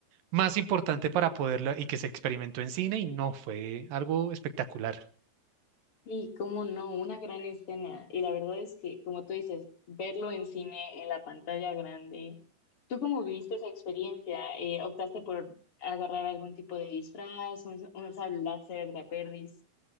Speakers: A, on the right; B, on the left.
A: más importante para poderla y que se experimentó en cine y no fue algo espectacular.
B: Y cómo no, una gran escena. Y la verdad es que, como tú dices, verlo en cine, en la pantalla grande. ¿Tú cómo viviste esa experiencia? Eh, ¿optaste por agarrar algún tipo de disfraz, un, un sable láser de Aperris?